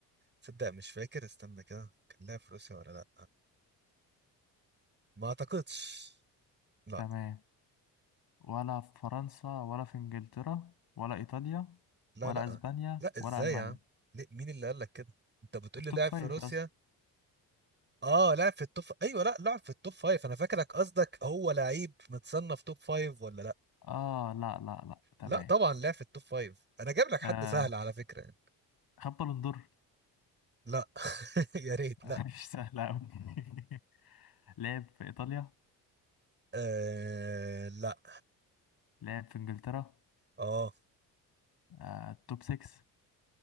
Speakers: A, on the right; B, on the left.
A: تصدق مش فاكر استنى كده كان لها في روسيا ولا لا ما اعتقدش لا
B: تمام ولا في فرنسا ولا في انجلترا ولا ايطاليا
A: لا
B: ولا
A: لا
B: اسبانيا
A: لا ازاي
B: ولا المانيا
A: يا عم ليه مين اللي قال لك كده انت بتقول
B: التوب
A: لي لعب
B: فايف
A: في روسيا
B: يا اسطى
A: اه لعب في التوب ايوه لا لعب في التوب فايف انا فاكرك قصدك هو لعيب متصنف توب فايف ولا لا
B: اه لا لا لا تمام
A: لا طبعا لعب في التوب فايف انا جايب لك حد
B: آه
A: سهل على فكرة يعني
B: خد بالون دور
A: لا <laughs> يا ريت
B: <laughs>
A: لا
B: مش سهلة أوي <laughs> لعب في ايطاليا
A: آه لا
B: لعب في انجلترا
A: اه
B: آه توب 6